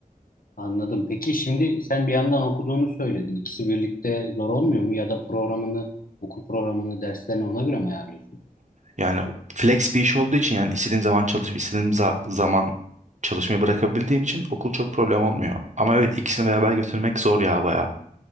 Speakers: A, on the left; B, on the right.
A: Anladım. Peki şimdi sen bir yandan okuduğunu söyledin. İkisi birlikte zor olmuyor mu? Ya da programını, okul programını, derslerini ona göre mi ayarlıyorsun?
B: Yani flex bir iş olduğu için yani istediğim zaman çalışıp istediğim za- zaman çalışmayı bırakabildiğim için okul çok problem olmuyor. Ama evet ikisini beraber götürmek zor ya bayağı.